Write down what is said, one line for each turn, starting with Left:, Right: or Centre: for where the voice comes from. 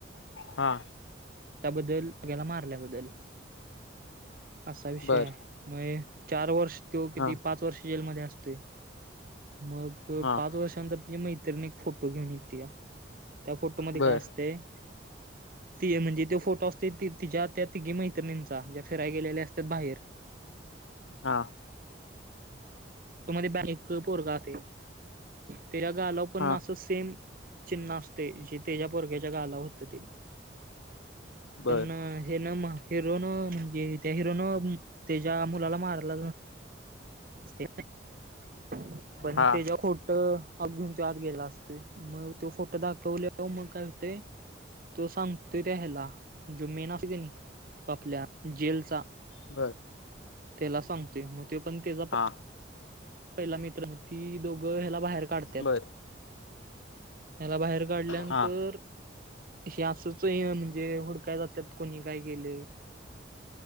Left: हा.
Right: त्याबद्दल याला मारल्याबद्दल असा विषय
Left: बर
Right: आहे. मग हे चार वर्ष तो किती
Left: हा
Right: पाच वर्ष जेलमध्ये असतोय. मग
Left: हा
Right: पाच वर्षांनंतर तीची मैत्रीण एक फोटो घेऊन येत्या. त्या फोटोमध्ये
Left: बर
Right: काय असतंय ती म्हणजे त्यो फोटो असतोय ती तिज्या त्या तिघी मैत्रिणींचा ज्या फिराय गेलेल्या असत्यात बाहेर.
Left: हा.
Right: तो मध्ये <unintelligible> त्याला गालावर पण
Left: हा
Right: असंच सेम चिन्ह असतंय जे तेज्या पोरग्याच्या गालावर होत ते.
Left: बर
Right: पण हेन हिरोनं म्हणजे त्या हिरोनं त्याच्या मुलाला मारायला <unintelligible> पण
Left: हा
Right: तेज्या खोट अप घेऊन त्यो आत गेलेला असतोय, मग तो फोटो दाखवल्यावर मग काय होतंय तो सांगतोय त्या ह्याला, जो मेन असतोय की नई आपल्या जेलचा
Left: बर.
Right: त्याला सांगतोय, मग ते पण तेजा
Left: हा.
Right: पहिला मित्र मग ती दोघं ह्याला बाहेर काढत्यात.
Left: बर
Right: ह्याला बाहेर घडल्यानंतर
Left: हा
Right: हे असंच हे म्हणजे हुडकाय जात्यात कोणी काय केलंय